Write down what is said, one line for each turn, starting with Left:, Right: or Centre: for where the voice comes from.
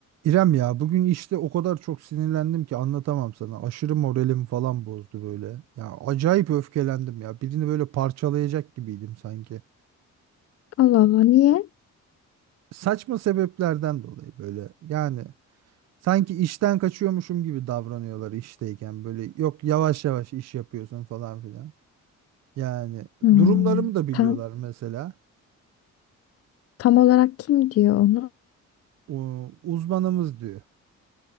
Right: İrem ya bugün işte o kadar çok sinirlendim ki anlatamam sana. Aşırı moralim falan bozdu böyle. Ya acayip öfkelendim ya. Birini böyle parçalayacak gibiydim sanki.
Left: Allah Allah niye?
Right: Saçma sebeplerden dolayı böyle. Yani sanki işten kaçıyormuşum gibi davranıyorlar işteyken böyle. Yok yavaş yavaş iş yapıyorsun falan filan. Yani
Left: Hmm,
Right: durumlarımı da biliyorlar
Left: Tam
Right: mesela.
Left: tam olarak kim diyor onu?
Right: O, uzmanımız diyor.